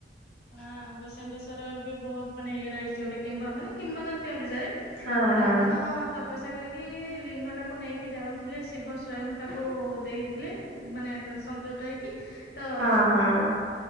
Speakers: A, on the left; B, on the right.
A: ହଁ ଭୂସେଣ୍ଡେଶ୍ଵର ବି ବୋହୁତ ମାନେ ଇଏ ରହିଛି ଗୋଟେ କିମ୍ବ ମାନେ କିମ୍ବଦନ୍ତୀ ଅନୁସାରେ
B: ହଁ ହଁ
A: ରାବଣ ତପସ୍ୟା କରିକି ଲିଙ୍ଗଟାକୁ ନେଇକି ଯାଉଥିଲେ ଶିବ ସ୍ଵୟଂ ତାକୁ ଦେଇଥିଲେ ଏବ୍ ମାନେ ତ ସନ୍ତୁଷ୍ଟ ହେଇକି ତ
B: ହଁ ହଁ।